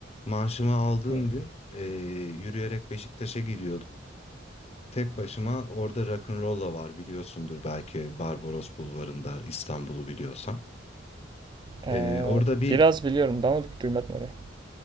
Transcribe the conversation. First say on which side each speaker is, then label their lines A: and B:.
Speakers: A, on the left (about 35°); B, on the right (about 25°).
A: Maaşımı aldığım
B: Hmm.
A: gün eee, yürüyerek Beşiktaş'a gidiyordum. Tek başıma orada rock'n'rolla var biliyorsundur belki Barbaros Bulvarı'nda İstanbul'u biliyorsan. Eee,
B: Eee,
A: orada bir
B: biraz biliyorum ben onu duymadım orayı.